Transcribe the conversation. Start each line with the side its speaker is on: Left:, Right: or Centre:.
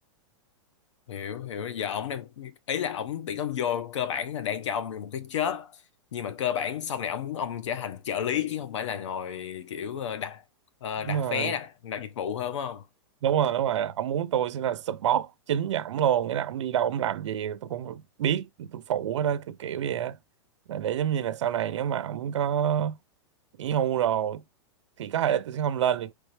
Left: hiểu hiểu giờ ông đang ý là ông tuyển ông vô cơ bản là đang cho ông một cái job nhưng mà cơ bản sau này ông muốn ông trở thành trợ lý chứ không phải là ngồi kiểu ờ, đặt ờ,
Right: đúng
Left: đặt
Right: rồi
Left: vé đặt đặt dịch vụ hơn đúng không
Right: đúng rồi đúng rồi ông muốn tôi sẽ là support chính cho ổng luôn nghĩa là ổng đi đâu ổng làm gì tôi cũng biết tôi phụ hết đó kiểu kiểu vậy á là để giống như là sau này nếu mà ổng có nghỉ hưu rồi thì có thể là tôi sẽ không lên được